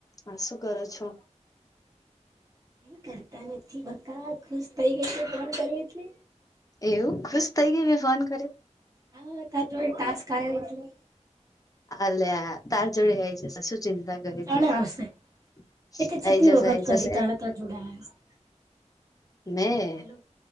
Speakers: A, on the left; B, on the right.
A: હા શું કરો છો?
B: કરતા નથી બકા ખુશ થઈ ગઈ છે ફોન કરે એટલે
A: એવું ખુશ થઈ ગઈ મેં ફોન કર્યો
B: હા તારી જોડે ટાસ્ક આયો એટલે
A: અલ્યા તાર જોડે આય જસે શું ચિંતા
B: જાણે
A: કરી
B: આવશે
A: <unintelligible>
B: એ તે જેટલી
A: આઈ જશે
B: વખત
A: આઈ જશે
B: કરી <unintelligible>
A: મેં
B: હલો